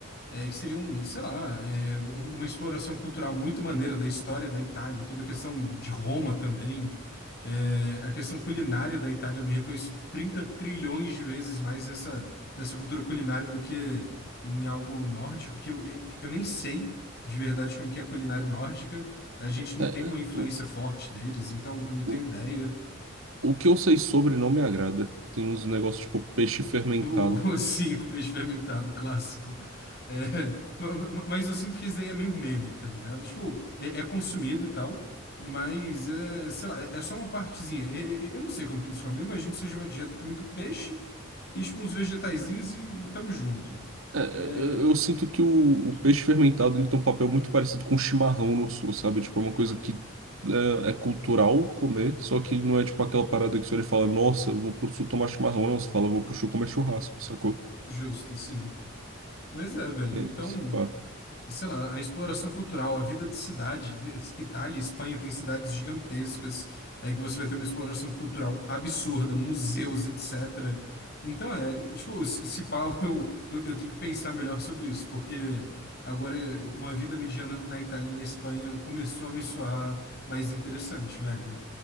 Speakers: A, on the left; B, on the right.
A: É, que seria um, sei lá, é, um- uma exploração cultural muito maneira da história da Itália, toda a questão de Roma também, É, a questão culinária da Itália, eu me reconheço 30 trilhões de vezes mais nessa, nessa cultura culinária do que em algo nórdico, que eu, eu nem sei de verdade como que é a culinária nórdica, a gente não
B: É,
A: tem uma influência
B: o-
A: forte deles, então eu não tenho
B: o-
A: ideia.
B: O que eu sei sobre não me agrada. Tem uns negócios tipo peixe fermentado.
A: O, o- <laughs> sim, o peixe fermentado clássico. É, ma- ma- mas eu sinto que isso daí é meio meme, tá ligado? Tipo, é, é consumido e tal, mas, é, sei lá, é, é só uma partezinha. E- e- Eu, não sei como que eles chamam, eu imagino que seja uma dieta com muito peixe e, tipo, uns vegetaizinhos e, e tamo junto.
B: É,
A: É,
B: eu eu sinto que o, o peixe fermentado ele tem um papel muito parecido com chimarrão no sul, sabe? Tipo, é uma coisa que é, é cultural comer, só que não é tipo aquela parada que você olha e fala, nossa, eu vou pro sul tomar chimarrão, não. Você fala, vou pro sul comer churrasco, sacou?
A: justo, assim. Mas é, velho,
B: É,
A: então.
B: isso, pá.
A: sei lá, a exploração cultural, a vida de cidade, de- Itália e Espanha tem cidades gigantescas, é que você vai ter uma exploração cultural absurda, museus, etc. Então é, tipo, se, se pá, <laughs> eu, eu, eu tenho que pensar melhor sobre isso, porque agora é, uma vida mediana na Itália e na Espanha começou a me soar mais interessante, velho.